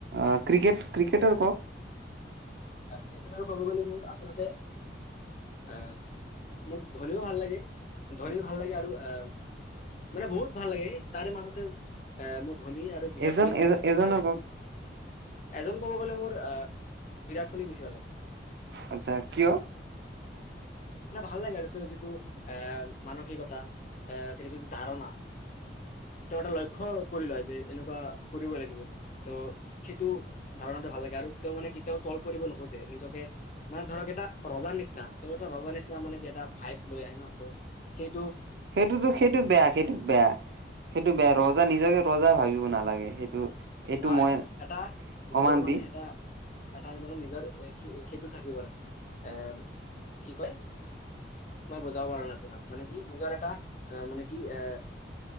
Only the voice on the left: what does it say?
ক্ৰিকেটৰ ক'ব গ'লে মোক আচলতে এহ মোক ধনিও ভাল লাগে ধনিও ভাল লাগে আৰু এহ মানে বহুত ভাল লাগে এই তাৰে মাজতে এহ মোৰ ধনী আৰু বিৰাট
কোহলী মানে
বেছি
ভাল লাগে
এজন ক'ব গ'লে মোৰ বিৰাট কোহলি বেছি ভাল লাগে
মানে ভাল লাগে আৰু তোৰ যিটো আহ মানসিকতা আহ ত যিটো ধাৰণা তেওঁ এটা লক্ষ্য কৰি লয় যে এনেকুৱা কৰিবই লাগিব ত' সেইটো ধাৰণাতে ভাল লাগে আৰু তেওঁ মানে কেতিয়াও তল পৰিব নোখোজে নিজকে মানে ধৰক এটা ৰজাৰ নিচিনা তেওঁ ভগৱান নিচিনা মানে এটা ভাইবচ লৈ আহে ন ত সেই
নহয়
এটা নিজৰ
মানে এটা এটা মানে নিজৰ সেইটো থাকিব লাগে এ কি কয় মই বুজাব পাৰো নাই তোমাক মানে কি নিজৰ এটা আহ মানে কি এ